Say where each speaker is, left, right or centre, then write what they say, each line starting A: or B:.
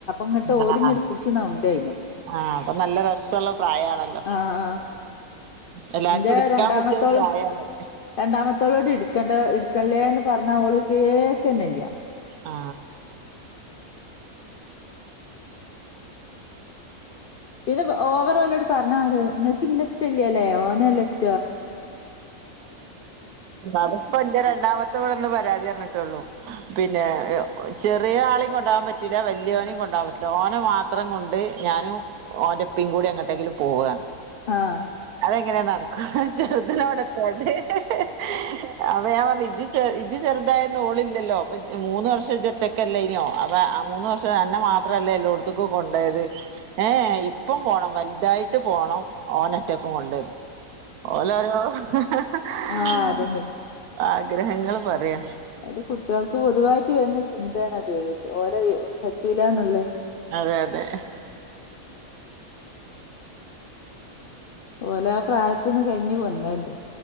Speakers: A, on the left; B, on the right.
A: ഇങ്ങട്ട് ഓല്
B: ആ
A: ഇങ്ങട്ട് പുടിച്ച് നൗണ്ടും അയിനെ
B: ആ അപ്പൊ നല്ല രസോള്ള പ്രായാണല്ലോ
A: ആ ആ
B: എല്ലാർക്കും
A: ഇന്റെ
B: എടുക്കാൻ
A: രണ്ടാമത്തോള്
B: പറ്റിയ ഒരു പ്രായാണ്
A: രണ്ടാമത്തോളോട് ഇടുക്കേണ്ട ഇടു എടുക്കല്ലേന്ന് പറഞ്ഞാല് ഓള് കേക്കണില്ല
B: ആ
A: പിന്നെ ഓവറോളോട് പറഞ്ഞാ നിങ്ങക്ക് ഇന്ന ഇഷ്‌ടല്ലാല്ലേ ഓനല്ലേ ഇഷ്
B: അതിപ്പോ എന്റെ രണ്ടാമത്തെ ഇവിടെ വന്ന് പരാതി പറഞ്ഞിട്ടുള്ളൂ പിന്നെ ചെറിയ ആളേം കൊണ്ടോവാൻ പറ്റൂല്ലാ വല്യവനേം കൊണ്ടോവാൻ പറ്റൂല്ലാ ഓനെ മാത്രം കൊണ്ട് ഞാനും ഓൻ്റെ <unintelligible> എങ്ങോട്ടെങ്കിലും പോകുക
A: ആഹ്
B: അതെങ്ങനാ നട <inaudible> അപ്പോ ഞാൻ പറഞ്ഞ് ഇജ്ജ് ഇജ്ജ് ചെറുതായിരുന്ന ഓളില്ലല്ലോ മൂന്നു വർഷം ഇജ്ജ് ഒറ്റക്കല്ലേനു അപ്പോ മൂന്നു വർഷം അന്നെ മാത്രല്ലേ <unintelligible> കൊണ്ടോയത് ഇപ്പോ പോണം വലുതായിട്ട് പോണം <unintelligible> <unintelligible> <unintelligible>
A: ആഹ് അതന്നെ
B: ഗ്രഹങ്ങളും പറയാ
A: അത് കുട്ടികൾക്ക് പൊതുവായ് <unintelligible> ചിന്തയാണത് ഓല് പറ്റൂല്ലാന്നുള്ള
B: അതെ അതെ
A: ഓലാ പ്രായത്തീന്ന് കഴിഞ്ഞ് വന്നല്ലേ